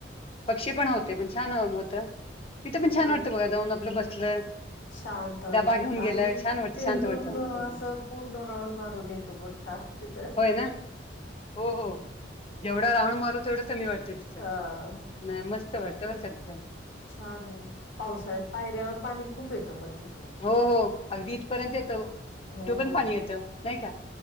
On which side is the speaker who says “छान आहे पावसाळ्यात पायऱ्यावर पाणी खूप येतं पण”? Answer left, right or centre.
Left